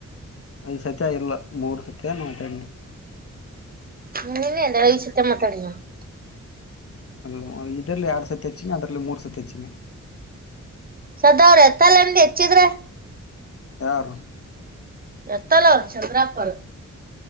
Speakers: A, on the left; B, on the right.
A: ಐದ್ ಸತಿ ಇಲ್ಲ ಮೂರು ಸತಿ ಯಾನ್ ಮಾತ್ಯಡಿನಿ.
B: ನೀನೆ ಅಂದ್ಯಲ ಐದ್ ಸತೆ ಮಾತ್ಯಡಿನ್ ಅಂತ್.
A: ಅ ಇದ್ರಲ್ಲೇ ಎರಡ್ ಸತಿ ಹೆಚ್ಚಿನಿ ಅದ್ರಲ್ಲೇ ಮೂರ್ ಸತಿ ಹೆಚ್ಚಿನಿ.
B: ಸದ್ದ ಅವ್ರ ಎತ್ತಲ್ಲ ಅಂದಿ ಹೆಚ್ಚಿದ್ರ.
A: ಯಾರು.
B: ಎತ್ತಲ್ಲ ಅವ್ರ ಚಂದ್ರಾಪ್ಪರ.